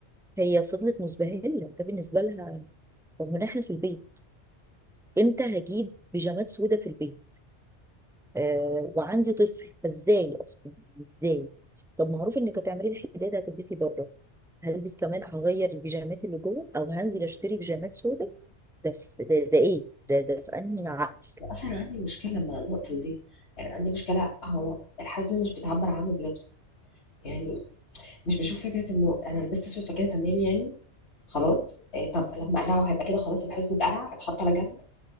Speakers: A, in the centre; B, on the left.
A: هي فضلت مزبهله ده بالنسبه لها رغم ان احنا في البيت امتى هجيب بيجامات سودة في البيت آه وعندي طفل فازاي اصلا ازاي طب معروف انك هتعملي الحداده هتلبسي بره هلبس كمان هغير البيجامات اللي جوه او هنزل اشتري بيجامات سودة ده في ده, ده ايه ده ده في انهي عقل
B: اصلا عندي مشكله مع النقطه دي يعني عندي مشكله هو الحزن مش بيتعبر عنه بلبس يعني مش بشوف فكره انه انا لبست اسود فكده تمام يعني خلاص إيه طب لما اقلعه هيبقى كده خلاص الحزن اتقلع اتحط على جنب